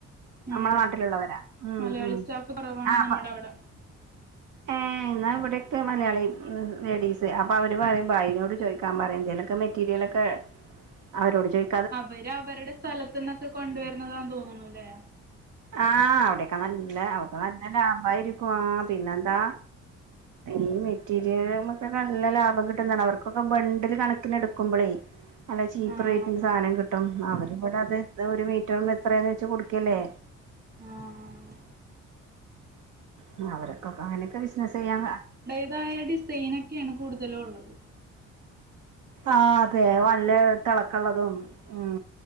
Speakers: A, on the right; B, on the right.
A: ആണല്ലേ
B: നമ്മളെ നാട്ടിലുള്ളവരാ ഉം
A: മലയാളി
B: ഉം
A: സ്റ്റാഫ് കൊറവാണ്
B: ആഹ്
A: നമ്മടവ്ടെ
B: ഏഹ് എന്നാ ഇവിടെക്കെ മലയാളി ഉം ലേഡീസ് അപ്പൊ അവര് പറയും ബായിനോട് ചോയ്ക്കാൻ പറയും എന്തേലൊക്കെ മെറ്റ് മെറ്റീരിയലക്കെ അവരോട് ചോയ്
A: അവര് അവര്ടെ സ്ഥലത്ത്ന്നക്കെ കൊണ്ടുവരുന്നതാന്ന് തോന്ന്ണൂല്ലേ
B: ആഹ് അവിടെക്കെ നല്ല അവ്ടെ നല്ല ലാഭാരിക്കും ആഹ് പിന്നെന്താ ഈ മെറ്റീരിയല്മക്കക്കെ നല്ല ലാഭം കിട്ടുന്നതാണ് അവർക്കൊക്കെ ബണ്ടില് കണക്കിന് എടുക്കുമ്പളേ നല്ല ചീപ്പ്
A: ആഹ്
B: റേറ്റിന്റെ സാധനം
A: ആഹ്
B: കിട്ടും അവര്വ്ടെ അത് ന്താ ഒരു മീറ്ററ്ന്ന് എത്രയാന്ന് വെച്ച് കൊടുക്കല്ലേ
A: ആഹ്
B: ഉം അവര്കൊക്കെ അങ്ങനെയൊക്കെ ബിസ്നെസ് ചെയ്യാ
A: ഇതായ ഡിസൈനക്കെയാണ് കൂടുതലും ഒള്ളത്
B: ആഹ് അതെ വല്ല തെളക്ക്‌ള്ളതും ഉം